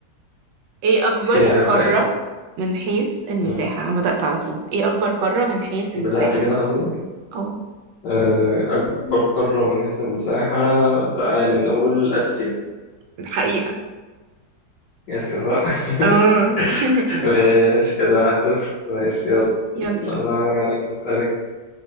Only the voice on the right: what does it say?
ايه اكبر
قاره
من حيث المساحه
انا بدات على طول ايه اكبر قاره من حيث المساحه
اه
الحقيقه
اه
<laughs>
يلا